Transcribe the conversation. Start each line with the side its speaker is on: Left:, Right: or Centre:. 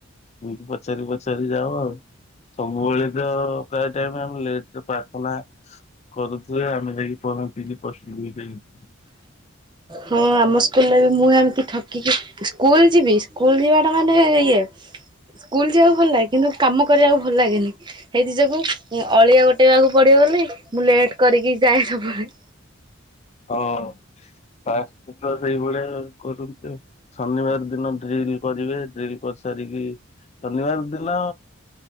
Left: ହୁଁ ପଚାରି ପଚାରି ଯାଅ ଆଉ। ସବୁବେଳେ ତ ପ୍ରାୟ ଟାଇମ୍ ଆମେ ଲେଟ୍ ପ୍ରାର୍ଥନା କରୁଥୁବେ ଆମେ ଯାଇ ପହଞ୍ଚି କି ପଶିବି ଭିତରେ।
Right: ହଁ ଆମ ସ୍କୁଲ୍ରେ ମୁଁ ଏମିତି ଠକିକି ସ୍କୁଲ ଯିବି ସ୍କୁଲ ଯିବାଟା ମାନେ ଇଏ। ସ୍କୁଲ ଯିବାକୁ ଭଲ୍ ଲାଗେ କିନ୍ତୁ କାମ କରିବାକୁ ଭଲ୍ ଲାଗେନି। ହେଇଥି ଯୋଗୁଁ ଉଁ ଅଳିଆ ଗୋଟେଇବାକୁ ପଡ଼ିବନି ମୁଁ ଲେଟ୍ କରିକି ଯାଏ ସବ୍ବେଳେ।
Left: ହଁ ବା ତ ସେଇଭଳିଆ କରନ୍ତି ଆଉ। ଶନିବାର ଦିନ ଡ୍ରିଲ୍ କରିବେ ଡ୍ରିଲ୍ କର୍ ସାରିକି ଶନିବାର ଦିନ